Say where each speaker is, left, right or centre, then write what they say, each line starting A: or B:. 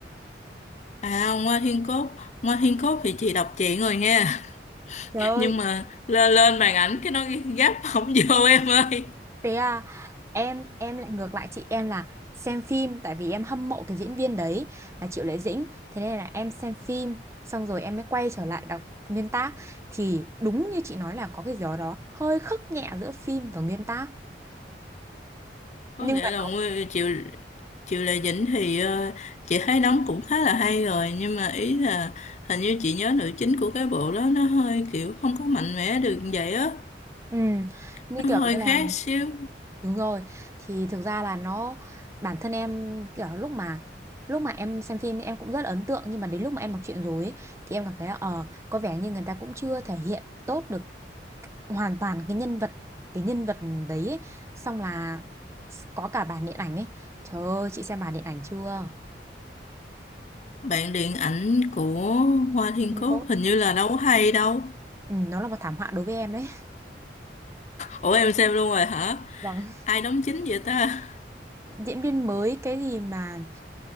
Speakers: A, on the left; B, on the right.
A: à Ngoa Thiên Cốt Ngoa Thiên Cốt thì chị đọc chuyện rồi nha
B: trời
A: <laughs>
B: ơi,
A: nhưng mà lên lên màn ảnh cái nó gấp không vô em ơi
B: Thế à, em em lại ngược lại chị em là xem phim tại vì em hâm mộ cái diễn viên đấy là Triệu Lệ Dĩnh, thế nên là em xem phim xong rồi em mới quay trở lại đọc nguyên tác thì đúng như chị nói là có cái gì đó, đó hơi khắc nhẹ giữa phim và nguyên tác.
A: có
B: Nhưng
A: nghĩa
B: mà
A: là
B: nó-
A: Nguyên Triệu Triệu Lệ Dĩnh thì ờ, chị thấy đóng cũng khá là hay rồi nhưng mà ý là hình như chị nhớ nữ chính của cái bộ đó nó hơi kiểu không có mạnh mẽ được vậy á
B: ừ, như
A: nó
B: kiểu
A: hơi
B: như là
A: khác xíu
B: đúng rồi thì thực ra là nó bản thân em kiểu lúc mà lúc mà em xem phim em cũng rất là ấn tượng nhưng mà đến lúc mà em đọc truyện rồi ấy, thì em cảm thấy là ờ có vẻ như người ta cũng chưa thể hiện tốt được hoàn toàn cái nhân vật cái nhân vật đấy ấy. Xong là có cả bản điện ảnh ấy trời ơi chị xem bản điện ảnh chưa
A: bạn điện ảnh của Hoa Thiên
B: King
A: Cốt
B: Code
A: hình như là đâu có hay đâu
B: ừ, nó là một thảm họa đối với em đấy
A: ủa em xem luôn rồi hả
B: <laughs> vâng
A: ai đóng chính vậy ta
B: diễn viên mới cái gì mà